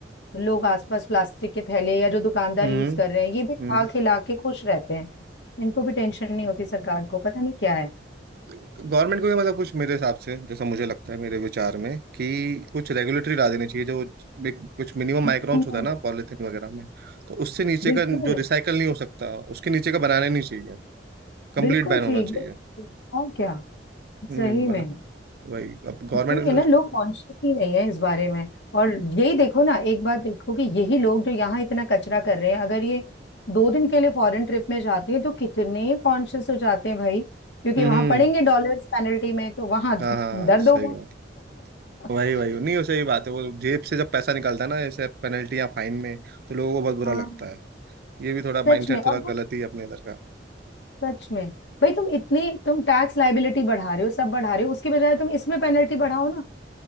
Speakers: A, on the left; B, on the right.
A: लोग आसपास प्लास्टिक के थैले या जो दुकानदार
B: हम्म
A: यूज कर रहे हैं ये भी खा
B: हम्म
A: खिला के खुश रहते हैं इनको भी टेंशन नहीं होती सरकार को पता नहीं क्या है
B: गवर्नमेंट को भी मतलब कुछ मेरे हिसाब से जैसा मुझे लगता है मेरे विचार में कि कुछ रेगुलेटरी ला देनी चाहिए जो बिक- कुछ मिनिमम माइक्रोन्स
A: हम्म,
B: होता है ना पॉलिथीन वगैरह में तो उससे नीचे
A: बिल्कुल
B: का जो रिसाइकल नहीं हो सकता उसके नीचे का बनाना ही नहीं चाहिए कंप्लीट
A: बिल्कुल
B: बैन
A: ठीक
B: होना चाहिए
A: बिल्कुल ठीक। और क्या
B: हम्म
A: सही में
B: मतलब वही अब गवर्नमेंट
A: वही है ना लोग कॉन्शियस ही नहीं है इस बारे में और यही देखो ना एक बात देखो कि यही लोग जो यहाँ इतना कचरा कर रहे हैं अगर ये दो दिन के लिए फॉरेन ट्रिप में जाते हैं तो कितने कॉन्शियस हो जाते हैं भाई क्योंकि
B: हम्म
A: वहां
B: हम्म,
A: पड़ेंगे डॉलर्स पेनल्टी में तो वहां
B: हाँ हाँ
A: दर्द
B: सही
A: होगा
B: बात वही
A: <laughs>
B: वही नहीं वो सही बात है वो जेब से जब पैसा निकलता है ना जैसे पेनल्टी या फाइन में तो लोगों को बहुत बुरा
A: हाँ
B: लगता है ये भी थोड़ा
A: सच
B: माइंडसेट
A: में और
B: थोड़ा
A: वो
B: गलत ही है अपने इधर का
A: सच में भाई तुम इतनी तुम टैक्स लाइबिलिटी बढ़ा रहे हो सब बढ़ा रहे हो उसके बजाय तुम इसमें पेनल्टी बढ़ाओ ना